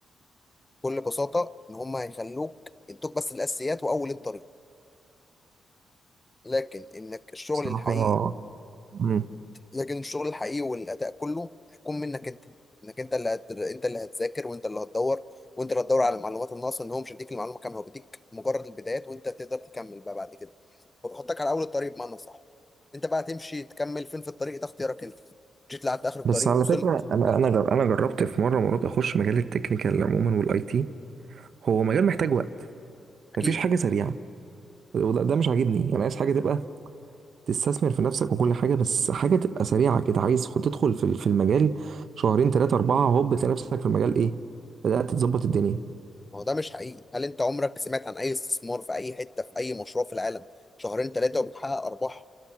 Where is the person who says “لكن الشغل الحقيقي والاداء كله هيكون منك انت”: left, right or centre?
Left